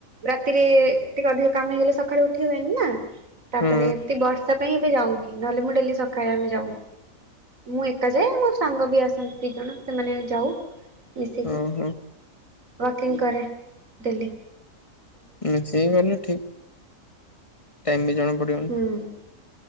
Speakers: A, on the right; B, on the left.
A: ରାତିରେ ଟିକେ ଅଧିକ କାମ ହେଇଗଲେ ସକାଳୁ ଉଠି ହୁଏନି ନା। ତାପରେ
B: ହୁଁ
A: ଏମିତି ବର୍ଷା ପାଇଁ ଏବେ ଯାଉନି ନହେଲେ ମୁଁ ଡେଲି ସକାଳେ ଆମେ ଯାଉ। ମୁଁ ଏକା ଯାଏ ମୋ ସାଙ୍ଗ ବି ଆସନ୍ତି ଦି ଜଣ ସେମାନେ ଯାଉ। ମିଶିକି
B: ହୁଁ ହୁଁ
A: ୱାକିଂ କରେ ଡେଲି।
B: ନାଁ <unintelligible> ଠିକ। ଟାଇମ ବି ଜଣାପଡିବ।
A: ହୁଁ